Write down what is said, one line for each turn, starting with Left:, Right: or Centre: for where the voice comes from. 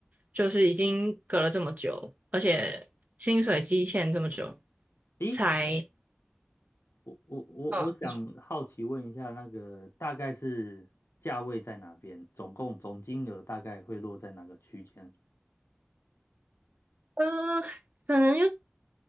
Right: 就是已经隔了这么久，而且薪水期限这么久，
Left: 咦，
Right: 才
Left: 我我我我想好奇问一下，
Right: 嗯，你说
Left: 那个大概是价位在哪边？总共总金额大概会落在哪个区间？
Right: 呃，可能就